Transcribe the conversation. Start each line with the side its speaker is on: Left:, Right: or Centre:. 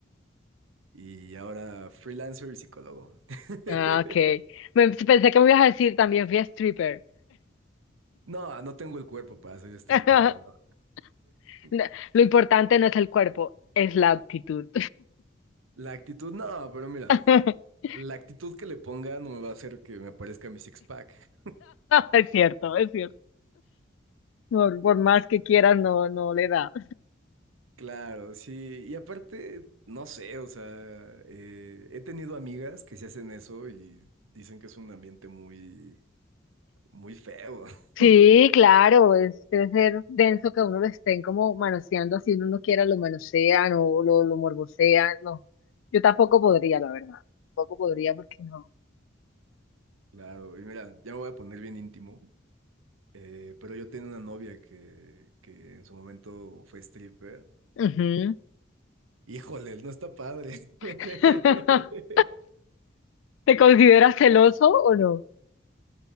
Right: y ahora freelancer y psicólogo. <laughs>
Left: Ah, ok. Me- pensé que me ibas a decir también fui a stripper.
Right: No, no tengo el cuerpo para ser stripper,
Left: <laughs>
Right: la verdad.
Left: No,
Right: <laughs>
Left: Lo importante no es el cuerpo, es la actitud.
Right: La actitud, no, pero mira,
Left: <laughs>
Right: la actitud que le ponga no me va a hacer que me parezca mi six-pack.
Left: Es cierto, es cierto. Por, por más que quieras, no, no le da.
Right: Claro, sí. Y aparte, no sé, o sea, eh, he tenido amigas que se hacen eso y dicen que es un ambiente muy, muy feo.
Left: Sí,
Right: <laughs>
Left: claro, es, debe ser denso que uno lo estén como manoseando así uno no quiera, lo manosean o lo, lo morbosean. No, yo tampoco podría, la verdad. Tampoco podría porque no.
Right: Claro, y mira, ya me voy a poner bien íntimo, eh, pero yo tenía una novia que, que en su momento fue stripper
Left: Ujú.
Right: Híjole, no está padre. <laughs>
Left: <laughs> ¿Te consideras celoso o no?